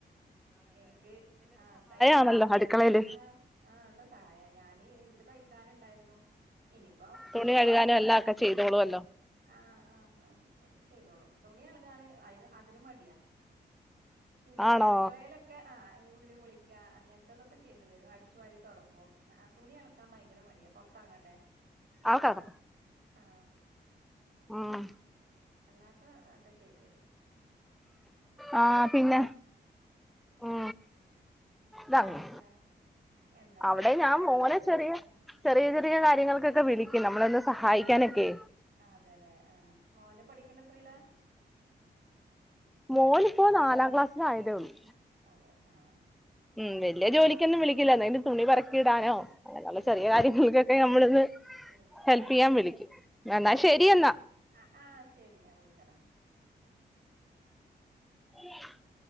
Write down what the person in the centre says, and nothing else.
അതല്ല അടുക്കളേല്.
തുണി കഴുകാനും
എല്ലാം ഒക്കെ ചെയ്തോളുവല്ലോ
ആണോ
ആൾക്കാക്ക
ആഹ്
ആ പിന്നെ ആ വാങ്ങി
അവടേം
ഞാൻ മോനെ ചെറിയെ
ചെറിയ ചെറിയ കാര്യങ്ങൾക്കൊക്കെ വിളിക്കും നമ്മളെയൊന്ന് സഹായിക്കാനെക്കെ.
മോനിപ്പൊ നാലാം ക്ലാസ്സിലായതെയൊള്ളു.
ഉം വെല്ല്യ ജോലിക്കൊന്നും വിളിക്കുല്ലാന്നെ എന്ന് തുണി പറക്കിയിടാനോ അങ്ങനൊള്ള
ചെറിയ കാര്യങ്ങൾക്കൊക്കെ
നമ്മളൊന്ന്
ഹെൽപ്പെയ്യാൻ
വിളിക്കും എന്നാ ശെരി എന്നാ
<inaudible>